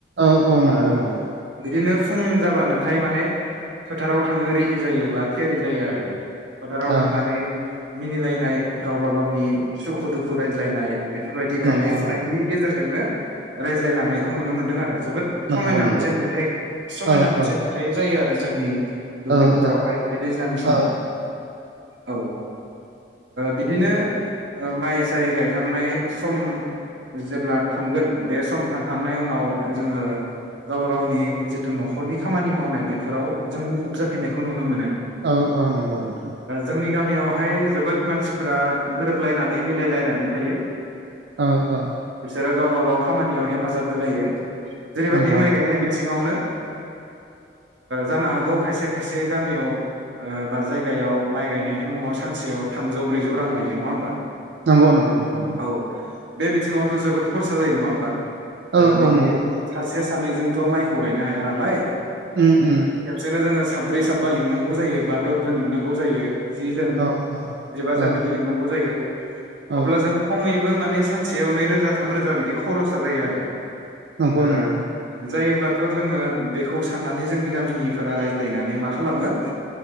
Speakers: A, on the right; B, on the right.
A: औ-औ
B: ओ
A: नंगौ नंगौ
B: बिदिनो फुं जाबानोथाय माने फोथाराव थांनो रेडि जायोबा थियारि जायो आरो फोथाराव
A: औ
B: थांनानै मिनिलायनाय गावबा गावनि सुखु दुखु रायज्लायनाय बेफोरबायदि
A: नंगौ
B: गायनाय फुनायनि
A: नंगौ
B: गेजेरजोंनो रायज्लाय लांनायखौ नुनो मोनदों आरो जोबोद समायना
A: नंगौ नंगौ
B: मोनसे नुथाय समायना
A: औ
B: मोनसे
A: औ
B: नुथाय जायो आरो जोंनि दुब्लि
A: औ
B: फोथारावहाय
A: औ
B: बे दैज्लांनि समाव
A: औ
B: औ बिदिनो माइ साय गायखांनाय सम जेब्ला थांगोन बे सम थांखांनायनि उनाव जोङो गावबा गावनि जितु न'खरनि खामानि मावनाय बेफोराव जों मुखुब जाफिननायखौ नुनो मोनो
A: औ औ नंगौ नोंथां
B: जोंनि गामियावहाय जोबोद मानसिफोरा गोरोबलायनानै मिलायलायनानै थायो
A: औ औ
B: बिसोरो गावबा गाव खामानियाव हेफाजाब होलायो जेरैबायदि
A: नंगौ
B: माइ
A: नंगौ
B: गायनाय बिथिङावनो जानो हागौ खायसे खायसे गामियाव बा जायगायाव माइ गायनायनि मुङाव सानसेयाव थामजौ ब्रैजौ रां लायो नङा होमबा
A: नंगौ नंगौ नोंथां नांगौ
B: औ बे बिथिङावथ' जोबोद खरसा जायो नङा होमबा
A: औ
B: बिदि
A: औ नंगौ
B: सासे सानैजोंथ' माइखौ गायनो हाया नालाय
A: उम-उम
B: खेबसेनो जोङो साब्रै साबा लिंनांगौ जायो बा दसजन लिंनांगौ जायो जि जोन
A: औ
B: जिबा
A: औ
B: जोन बिदि लिंनांगौ जायो
A: औ
B: अब्ला जों खमैबो माने सानसेयाव नैरोजा थाम रोजा बिदि खरसा जायो आरो
A: नंगौ
B: ओ
A: नंगौ
B: जायोब्लाथ' जोङो बेखौ साननानै जोंनि गामिनिफोरा रायज्लायनानै मा खालामो